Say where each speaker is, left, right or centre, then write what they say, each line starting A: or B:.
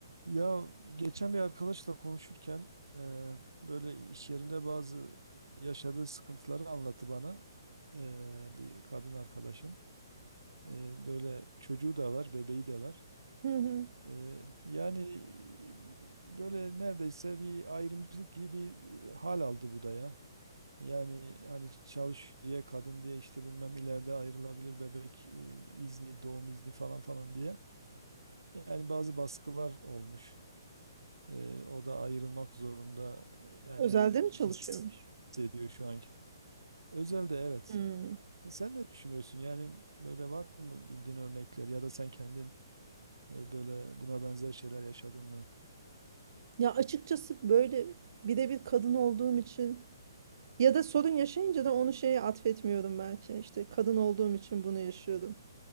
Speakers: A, on the right; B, on the right.
A: Ya geçen bir arkadaşla konuşurken eee, böyle iş yerinde bazı yaşadığı sıkıntıları anlattı bana. Eee, bir kadın arkadaşım. Eee, böyle çocuğu da var, bebeği de var.
B: Hı hı.
A: Eee, yani böyle neredeyse bir ayrımcılık gibi bir e, hal aldı bu da ya. Yani hani çalış diye kadın diye işte bilmem ileride ayrılabilir bebek e, izni, doğum izni falan falan diye. Yani bazı baskılar olmuş. Ee, o da ayrılmak zorunda yani
B: Özelde mi çalışıyormuş?
A: hissediyor şu anki. Özel de evet.
B: Hımm.
A: E, Sen ne düşünüyorsun? Yani böyle var mı bildiğin örnekler ya da sen kendin e, böyle buna benzer şeyler yaşadın mı?
B: Ya, açıkçası, böyle, bir de bir kadın olduğum için ya da sorun yaşayınca da onu şeye atfetmiyorum belki. İşte, kadın olduğum için bunu yaşıyordum.